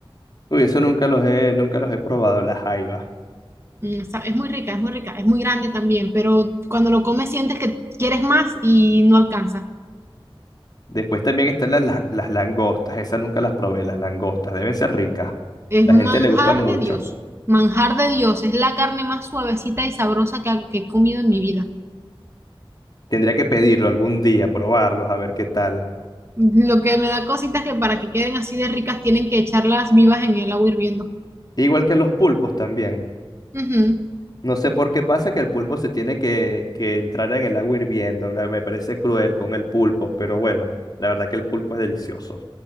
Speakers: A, on the left; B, on the right.
A: Uy, eso nunca los he, nunca los he probado, las jaivas.
B: Mm, sa- Es muy rica, es muy rica, es muy grande también, pero cuando lo comes sientes que quieres más y no alcanza.
A: Después también están las, las, las langostas, esas nunca las probé, las langostas, deben ser ricas.
B: Es
A: La
B: manjar
A: gente le gustan mucho.
B: de Dios, manjar de Dios, es la carne más suavecita y sabrosa que, ha- que he comido en mi vida.
A: Tendría que pedirlo algún día, probarlos, a ver qué tal.
B: Lo que me da cositas que para que queden así de ricas tienen que echarlas vivas en el agua hirviendo.
A: Igual que los pulpos también.
B: Ujú.
A: No sé por qué pasa que el pulpo se tiene que, que entrar en el agua hirviendo. ¿no? Me parece cruel con el pulpo, pero bueno, la verdad que el pulpo es delicioso.